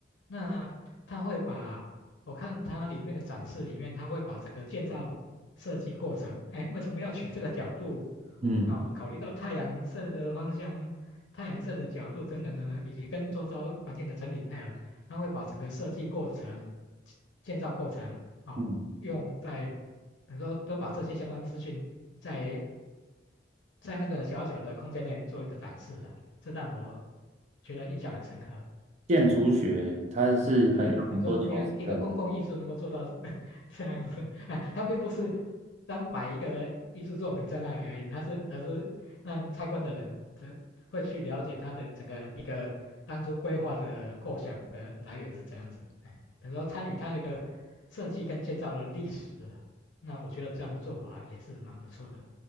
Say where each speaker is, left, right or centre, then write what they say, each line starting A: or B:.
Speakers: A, on the left; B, on the right.
A: 那它会把，我看它里面的展示里面，它会把整个建造设计过程，哎，为什么要取这个角度？
B: 嗯
A: 哦，考虑到太阳射的方向、太阳射的角度等等等等，以及跟周遭环境的整体配合，它会把整个设计过程、建建造过程哦，
B: 嗯。
A: 用在等于说都把这些相关资讯在在那个小小的空间内做一个展示啊，这让我觉得印象很深刻。
B: 建筑学它是很有很多巧思在里
A: 对，你说一个一个公共艺术能够做到是 <laughs> 这样子，<laughs> 啊，它并不是单摆一个艺术作品在那里而已，它是而是让参观的人才会去了解它的整个一个当初规划的构想的来源是怎样子，哎，等于说参与它的一个设计跟建造的历史了。那我觉得这样的做法也是蛮不错的。